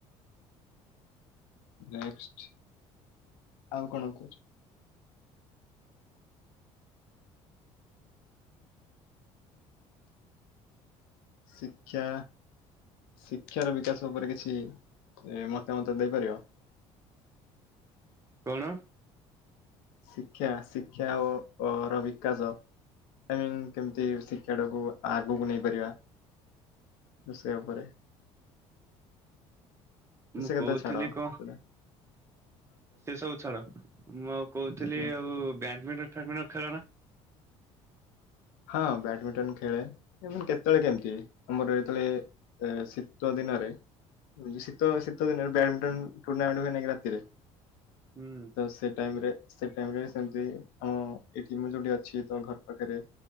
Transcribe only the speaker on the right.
କଣ?
ମୁଁ
କହୁଥିଲି
କ
ସେ ସବୁ ଛାଡ ମୁଁ ଆଉ କହୁଥିଲି
ଆଉ ବ୍ୟାଡମିଣ୍ଟନ ଫାଡମିଟନ ଖେଳ ନା
ହୁଁ